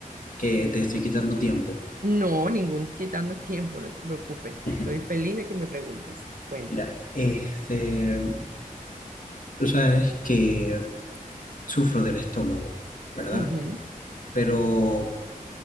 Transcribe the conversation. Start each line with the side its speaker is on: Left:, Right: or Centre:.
Left: que te estoy quitando tiempo.
Right: no, ningún quitando tiempo, no te preocupes.
Left: <laughs>
Right: Estoy feliz de que me preguntes. Cuéntame.
Left: Mira, este, tú sabes que sufro del estómago, ¿verdad?
Right: Ujú,
Left: Pero,